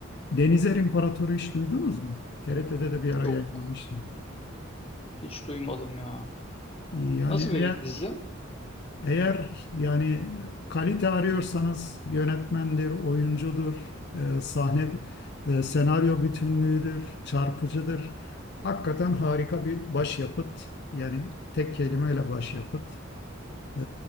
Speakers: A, on the left (about 55°); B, on the left (about 30°).
A: Denizer İmparatoru hiç duydunuz mu? TRT'de de bir ara
B: Yok.
A: yayınlanmıştı.
B: Hiç duymadım ya.
A: Yani
B: Nasıl bir
A: eğer
B: dizi?
A: eğer yani kalite arıyorsanız yönetmendir, oyuncudur, e, sahne e, senaryo bütünlüğüdür, çarpıcıdır. Hakikaten harika bir başyapıt. Yani tek kelimeyle başyapıt. E,